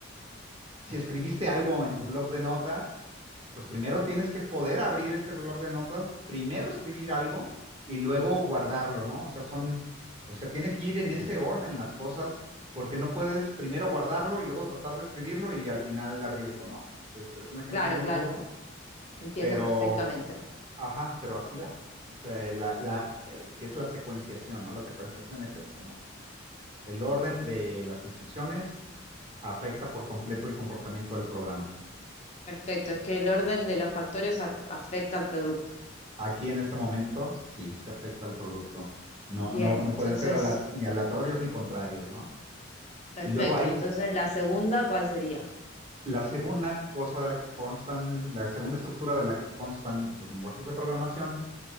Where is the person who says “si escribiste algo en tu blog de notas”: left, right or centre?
Right